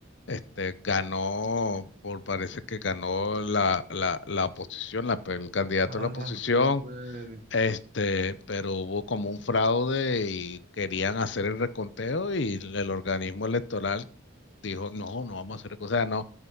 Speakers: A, on the left; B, on the right.
A: este, ganó, por parece que ganó la, la, la oposición, la, el candidato
B: Ah,
A: a la oposición
B: jue madre.
A: Este, pero hubo como un fraude y querían hacer el reconteo y el organismo electoral dijo, no, no vamos a hacer, o no,